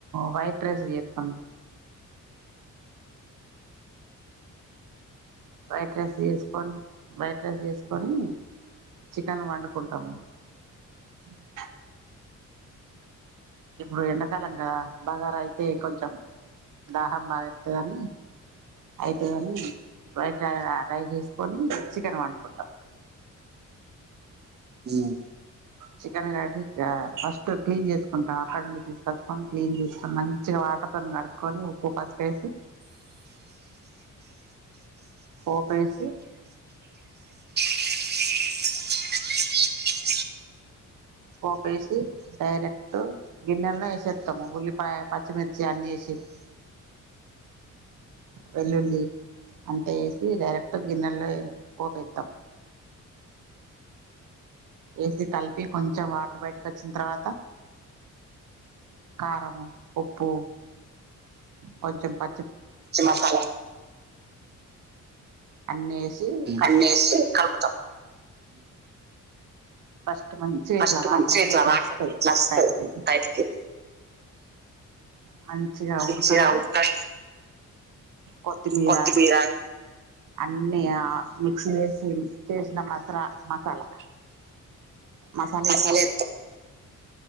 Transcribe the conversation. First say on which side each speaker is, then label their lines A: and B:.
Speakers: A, on the right; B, on the right.
A: వైట్ రైస్ ఏత్తం. వైట్ రైస్ ఏస్కోని వైట్ రైస్ చేస్కొని చికెన్ వండుకుంటం. <inaudible> ఇప్పుడు ఎండకాలంగా బగారైయితే కొంచం దాహం బాగేత్తదని అయితదని వైట్ ర రైస్ చేస్కొని చికెన్ వండుకుంటం. <inaudible>
B: మ్
A: చికెన్ <unintelligible> ఆ ఫస్ట్ క్లీన్ చేస్కుంటం అక్కడ నుండి తిస్కచ్చుకొని క్లీన్ చేస్కునం మంచిగ వాటర్తోన్ కడుక్కొని ఉప్పు, పసుపేసి పోపేసి
B: <inaudible>
A: పోపేసి డైరెక్ట్ గిన్నెల్నె ఏసేత్తము ఉల్లిపాయ పచ్చిమిర్చి అన్ని ఏసి వెల్లుల్లి అంత ఏసి డైరెక్ట్ గిన్నెల్నె పోపేత్తం. ఏసి కల్పి కొంచం వాటర్ బయటిక్ అచ్చిన్ తర్వాత కారము, ఉప్పు కొంచెం ప
B: పచ్చి మసాలా.
A: అన్ని వేసి కలుపుతాం
B: అన్నేసి కల్పుతం.
A: ఫస్ట్ మంచిగా
B: ఫస్ట్
A: ఇట్లా వాటర్
B: మంచిగ
A: అన్ని
B: ఇట్ల
A: ఇట్లా
B: వాటర్
A: వస్తాయి
B: ఇట్ల అస్తయ్
A: బయటికి
B: బయటికి.
A: మంచిగ
B: మంచిగా
A: ఉడుకంగ.
B: ఉడకంగా
A: కొత్తిమీరా
B: కొత్తిమీర
A: అన్ని ఆ మిక్సీ లేసి చేసిన మస్ర మసాలా మసాలేత్తా.
B: మసాలా ఎత్తు